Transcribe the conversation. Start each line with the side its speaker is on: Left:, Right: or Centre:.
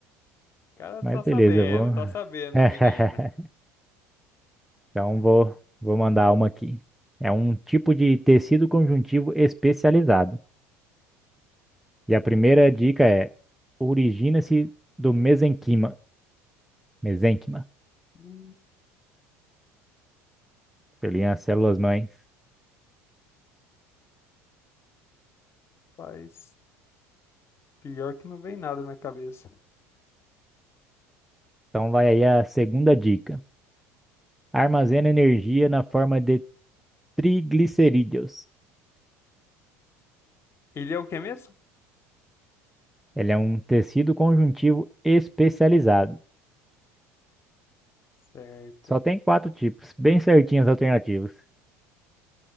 Left: cara
Centre: Mas
Left: tá sabendo,
Centre: beleza, eu vou.
Left: tá sabendo,
Centre: <laughs>
Left: menina.
Centre: Então vou, vou mandar uma aqui. É um tipo de tecido conjuntivo especializado. E a primeira dica é: origina-se do mesenquima. Mesenquima.
Left: Hum,
Centre: Pelinha, as células mães.
Left: Mas pior que não vem nada na cabeça.
Centre: Então vai aí a segunda dica. Armazena energia na forma de triglicerídeos.
Left: Ele é o que mesmo?
Centre: Ele é um tecido conjuntivo especializado.
Left: Certo.
Centre: Só tem quatro tipos, bem certinhas as alternativas.